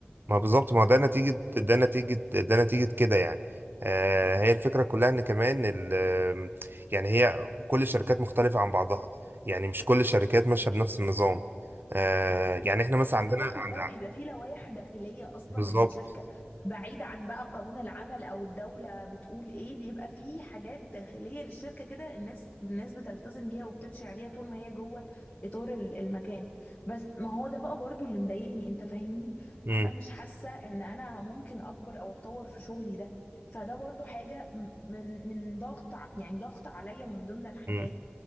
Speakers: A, on the right; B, on the left.
A: ما بالظبط ما هو ده نتيجة ده نتيجة ده نتيجة كده يعني آه هي الفكرة كلها إن كمان ال... آم، يعني هي كل الشركات مختلفة عن بعضها يعني مش كل الشركات ماشية بنفس النظام آه يعني إحنا مثلا
B: انا
A: عندنا
B: فاهمه
A: عند...
B: ده وبيبقى فيه لوائح داخليه اصلا
A: بالظبط
B: للشركه بعيد عن بقى قانون العمل او الدوله بتقول ايه بيبقى فيه حاجات داخليه للشركه كده الناس الناس بتلتزم بيها وبتمشي عليها طول ما هي جوه اطار ال- المكان بس ما هو ده بقى برضو اللي مضايقني انت فاهمني
A: مم.
B: انا مش حاسه ان انا ممكن اكبر او اتطور في شغلي ده فده برضو حاجه م- من من ضغط ع- يعني ضغط عليا من ضمن الحاجات
A: مم.